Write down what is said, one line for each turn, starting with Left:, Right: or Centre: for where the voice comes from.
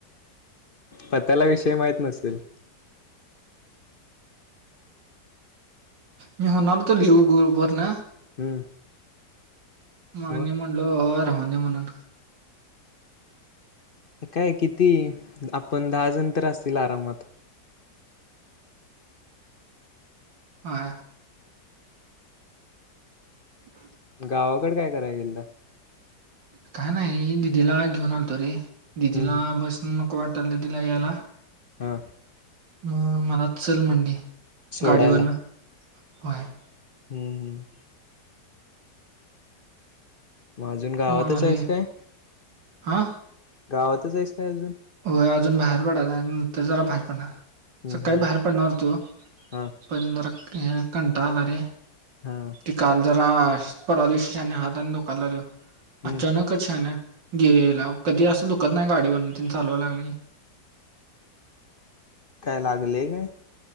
Left: पत्याला विषय माहत नसेल?
Right: मी म्हणालतो लिऊ ग्रुप वरण.
Left: हम्म
Right: मानी
Left: मग
Right: म्हणलो राहू दे म्हणून.
Left: काय किती आपण दहा जण तर असतील आरामात.
Right: हा. हा.
Left: गावाकड काय कराय गेलता?
Right: काय नाही दिदीला घेऊन आलतो रे, दिदीला
Left: हम्म हम्म
Right: बसन नको वाटायल तिला यायला.
Left: हा.
Right: मग मला चल म्हटली
Left: सोडायला
Right: गाडीवरन बाहेर.
Left: हम्म हम्. मग अजून गावातच
Right: मग आलोय.
Left: आहेस काय
Right: हां?
Left: गावातच आहेस काय अजून?
Right: हो अजून बाहेर पडा आणि नंतर जरा बाहेर पडणार.
Left: हम्म
Right: सकाळी
Left: हम्म
Right: बाहेर पडणार होतो,
Left: हा
Right: पन जरा कंटाळा आला रे.
Left: हा.
Right: ती काल जरा परवा दिवशी शहाण्या हात तो दुखायला लागलं
Left: हम्म
Right: अचानक. शान्या गेलाव कधी असं दुखत नाही गाडीवर. चालवायला लागली.
Left: काय लागले काय?